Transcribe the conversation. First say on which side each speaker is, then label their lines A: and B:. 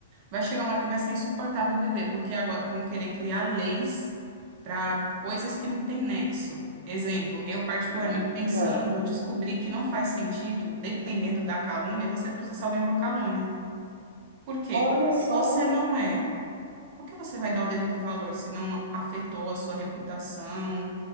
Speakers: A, on the right; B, on the right.
A: Vai chegar uma hora que vai ser insuportável viver, porque agora vão querer criar leis para coisas que não têm nexo. Exemplo, eu particularmente
B: É.
A: pensando,
B: Não.
A: eu descobri que não faz sentido, dependendo da calúnia, você processar alguém por calúnia. Por quê?
B: Olha só.
A: Se você não é, por que você vai dar o devido valor se não afetou a sua reputação,